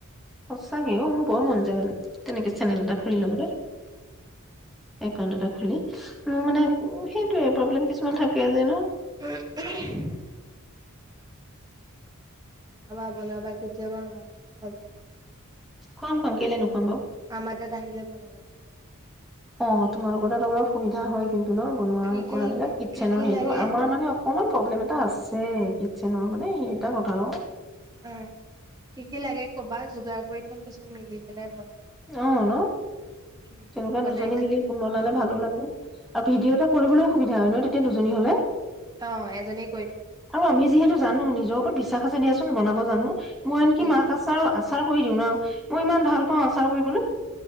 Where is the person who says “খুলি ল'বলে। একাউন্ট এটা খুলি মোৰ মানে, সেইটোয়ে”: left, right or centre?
Centre